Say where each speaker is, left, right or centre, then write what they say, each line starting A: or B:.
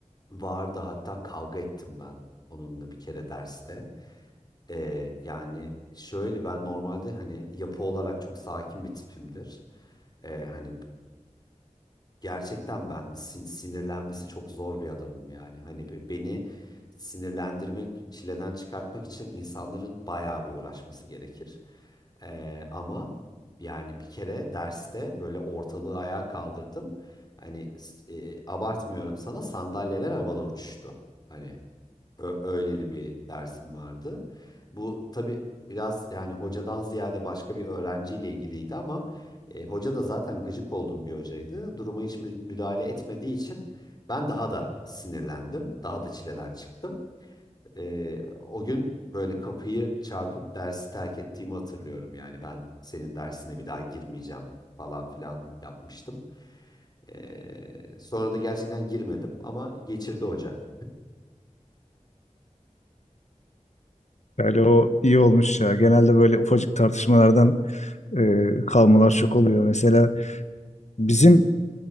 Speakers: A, on the left (about 30°); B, on the left (about 60°).
A: Vardı hatta kavga ettim ben onunla bir kere derste. Ee, yani şöyle ben normalde hani yapı olarak çok sakin bir tipimdir. Ee, hani Gerçekten ben sin- sinirlenmesi çok zor bir adamım yani. Hani be- beni sinirlendirmek, çileden çıkartmak için insanların bayağı bir uğraşması gerekir. Ee, ama yani bir kere derste böyle ortalığı ayağa kaldırdım. Hani s- e, abartmıyorum sana sandalyeler havada uçuştu. Hani Ö- öyleli bir dersim vardı. Bu tabii biraz yani hocadan ziyade başka bir öğrenciyle ilgiliydi ama e, hoca da zaten gıcık olduğum bir hocaydı. Duruma hiç mü- müdahale etmediği için ben daha da sinirlendim. Daha da çileden çıktım. E, o gün böyle kapıyı çarpıp dersi terk ettiğimi hatırlıyorum. Yani ben senin dersine bir daha girmeyeceğim falan filan yapmıştım. E, sonra da gerçekten girmedim ama geçirdi hoca.
B: Yani o iyi olmuş ya. Genelde böyle ufacık tartışmalardan e, kalmalar çok oluyor. Mesela bizim